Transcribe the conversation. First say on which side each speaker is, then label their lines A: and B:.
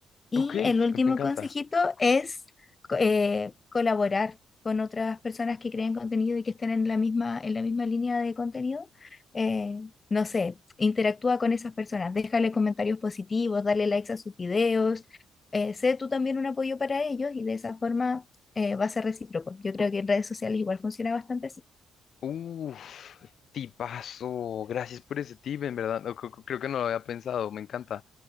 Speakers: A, on the left (about 30°); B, on the left (about 60°).
A: Y
B: Ok,
A: el último
B: me encanta.
A: consejito es co- eh, colaborar con otras personas que creen contenido y que estén en la misma, en la misma línea de contenido. Eh, no sé, interactúa con esas personas, déjale comentarios positivos, dale likes a sus videos, eh, sé tú también un apoyo para ellos y de esa forma eh, va a ser recíproco. Yo creo que en redes sociales igual funciona bastante así.
B: Uf, tipazo. Gracias por ese tip, en verdad. no, creo, creo que no lo había pensado. Me encanta.